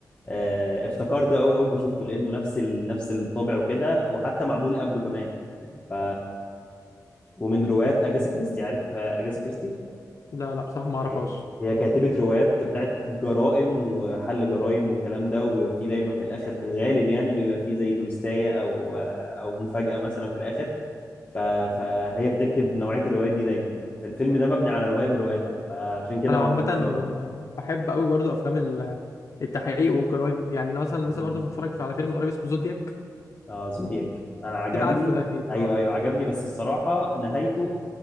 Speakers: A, on the left; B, on the left.
A: آه، افتكرته قوي اول ما شفته لانه نفس ال... نفس الطابع وكده وحتى معمول قبله كمان ف ومن روايات اجاسا كريستي عارف آه، اجاسا كريستي
B: لا لا بصراحه ما اعرفهاش
A: هي هي كاتبة روايات بتاعت جرائم وحل جرائم والكلام ده وبيبقى فيه دايما في الاخر في الغالب يعني بيبقى فيه زي تويستاية او او مفاجأة مثلا في الاخر ف... فهي بتكتب نوعية الروايات دي دايما فالفيلم ده مبني على رواية من رواياتها فعشان كده
B: انا
A: هو
B: عامه
A: معمول حلو
B: بحب قوي برضو افلام ال- التحقيق والجرايم يعني انا مثلا
A: قوي
B: لسه برضو متفرج على فيلم من قريب اسمه زودياك
A: اه زودياك انا عجبني
B: كده عارفه ده اكيد
A: ايوه
B: اه
A: ايوه عجبني بس الصراحه نهايته